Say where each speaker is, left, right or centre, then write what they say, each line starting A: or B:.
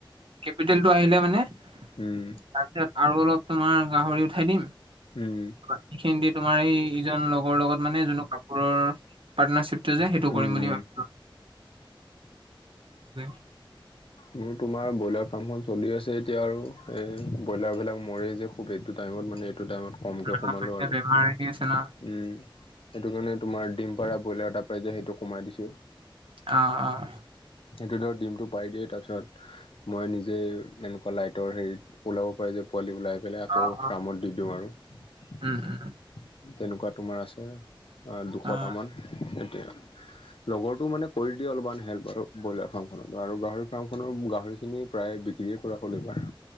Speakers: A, on the right; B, on the left.
A: কেপিটেলটো আহিলে মানে তাৰপিছত
B: উম
A: আৰু অলপ তোমাৰ গাহৰি উঠাই দিম
B: উম।
A: বাকী খিনি দি তোমাৰ এই ইজন লগৰ লগত মানে যোনটো কাপোৰৰ পাৰ্টনাৰশ্বিপটো যে সেইটো কৰিম
B: উম
A: ভাবিছোঁ <unintelligible>
B: মোৰ তোমাৰ ব্ৰইলাৰ ফাৰ্মখন চলি আছে এতিয়া আৰু এই ব্ৰইলাৰ বিলাক মৰে যে খুব এইটো টাইমত মানে এইটো টাইমত কমকে
A: অ',
B: সোমালোঁ
A: এতিয়া
B: আৰু।
A: বেমাৰ
B: উমঁ'
A: আহি আছে ন।
B: সেইটো কাৰণে তোমাৰ ডিমপাৰা ব্ৰইলাৰ এটা পাই যে সেইটো সোমাই দিছোঁ।
A: অহ-অহ'।
B: সেইটো ধৰ ডিমটো পাৰি দিয়ে তাৰপিছত মই নিজে এনেকুৱা লাইটৰ হেৰিত ওলাব পাৰি যে পোৱালি ওলাই পেলাই আকৌ
A: অ', অ',
B: ফাৰ্মত দি দিওঁ আৰু। তেনেকুৱা
A: উম, উম, উম,
B: তোমাৰ আছে দুশটামান।
A: অ',
B: সেইটোৱেই, লগৰটো মানে কৰি দিয়ে অলপমান হেল্প আৰু- ব্ৰইলাৰ ফাৰ্মখনত আৰু গাহৰি ফাৰ্মনৰ গাহৰি খিনি প্ৰায় বিক্ৰীয়ে কৰা হ'ল এইবাৰ।